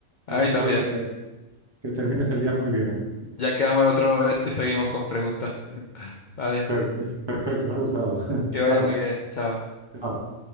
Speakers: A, on the right; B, on the left.
A: Espero
B: A mí también.
A: que, que termines el día muy bien.
B: Ya quedamos en otro momento y seguimos con preguntas. Vale,
A: Per- es perfecto, me ha gustado. <laughs>
B: que vaya
A: Vale,
B: muy bien. Chao.
A: chao.